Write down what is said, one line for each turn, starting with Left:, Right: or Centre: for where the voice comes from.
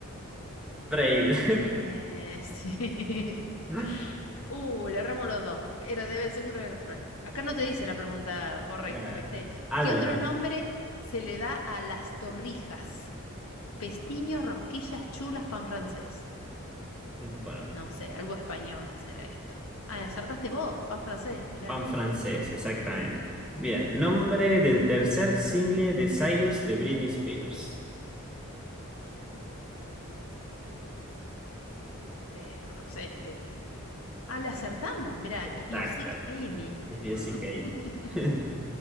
Centre: Freire.
Left: Eh, <laughs> sí.
Centre: <laughs>
Left: Uh, le erramos los dos. Era, debe, seguro que era Freud. Acá no te dice la pregunta correcta,
Centre: Era
Left: ¿viste?
Centre: Adler.
Left: ¿Qué otro nombre se le da a las torrijas? Pestiños, rosquillas, chulas, pan francés.
Centre: eh, Bueno,
Left: No sé, algo español será esto. Ah, acertaste vos, pan francés, mirá.
Centre: pan francés, exactamente. Bien, nombre del tercer single de Cyrus de Britney Spears.
Left: Pero no sé, le... mm, Ah, le acertamos, mirá.
Centre: Exacto.
Left: If you seek Amy.
Centre: Es Jessica.
Left: Mm.
Centre: Kane.
Left: <laughs>
Centre: <laughs>